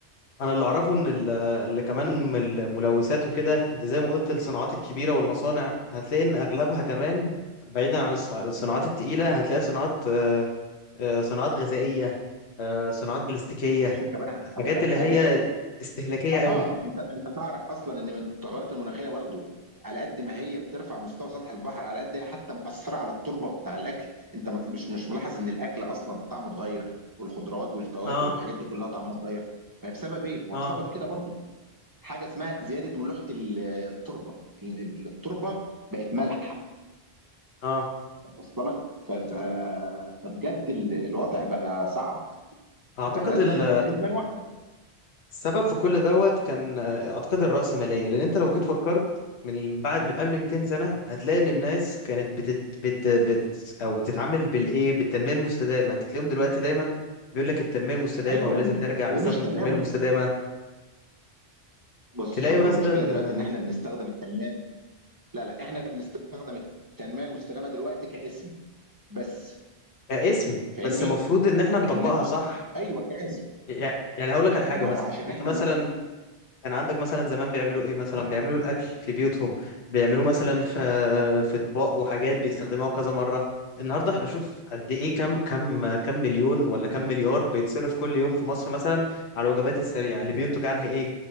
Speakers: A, on the left; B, on the right.
A: انا اللي اعرفه ان ال- اللي كمان من الملوثات وكده انت زي ما قلت الصناعات الكبيرة والمصانع هتلاقي ان اغلبها كمان بعيدا عن الص- الصناعات التقيلة هتلاقي صناعات آه، آه، صناعات غذائية آه، صناعات بلاستيكية
B: يا باشا طب انا
A: حاجات
B: هقول لك
A: اللي
B: حاجة
A: هي استهلاكية
B: اه
A: قوي
B: انت انت تعرف اصلا ان من- التغيرات المناخيه برضو على قد ما هي بترفع مستوى سطح البحر على قد هي حتى مأثره على التربه بتاع الاكل انت ما- تل- مش مش ملاحظ ان الاكل اصلا طعمه اتغير والخضروات والفواكه
A: اه
B: والحاجات دي كلها طعمها اتغير ما هي بسبب ايه؟ ما
A: اه
B: هو بسبب كده برضو حاجه اسمها زياده ملوحه ال- التربه ال- التربه بقت مالحه
A: اه
B: واصله لك ف- ف- فبجد ال- الوضع بقى صعب
A: اعتقد
B: فلازم
A: ال-
B: لازم نوع-
A: السبب في كل دوت كان آه، اعتقد الرأسمالية لان انت لو جيت فكرت من بعد من قبل 200 سنة هتلاقي ان الناس كانت بتت بت بت او بتتعامل بالايه بالتنمية المستدامة انت تلاقيهم دلوقتي دايما بيقول لك التنمية المستدامة
B: ايوه
A: ولازم نرجع
B: ومش
A: نستخدم
B: تمام
A: التنمية المستدامة
B: بص
A: تلاقي
B: هو
A: مثلا
B: المشكله دلوقتي
A: آه،
B: ان احنا بنستخدم التنميه لا لا احنا بنستخدم التنميه المستدامه دلوقتي كاسم بس
A: كاسم
B: فاهمني
A: بس المفروض ان احنا نطبقها
B: انما
A: صح
B: ايوه كاسم
A: يع- يعني هقول لك على حاجه
B: ما
A: مثلا
B: هو عشان
A: انت
B: احنا
A: مثلا
B: ما...
A: كان عندك مثلا زمان بيعملوا ايه مثلا بيعملوا الاكل في بيوتهم بيعملوه مثلا في في اطباق وحاجات بيستخدموها كذا مره النهارده احنا شوف قد ايه كم كم كم مليون ولا كم مليار بيتصرف كل يوم في مصر مثلا على الوجبات السريعه اللي بينتج عنها ايه